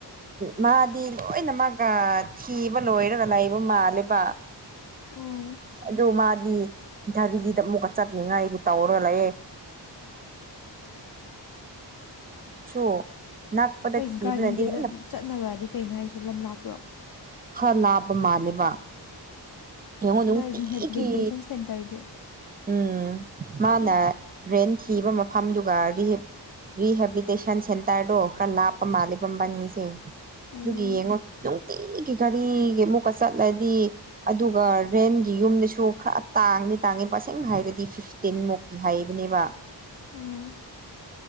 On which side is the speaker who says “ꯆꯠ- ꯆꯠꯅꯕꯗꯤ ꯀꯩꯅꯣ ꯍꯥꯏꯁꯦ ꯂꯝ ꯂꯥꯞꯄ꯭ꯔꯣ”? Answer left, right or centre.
Left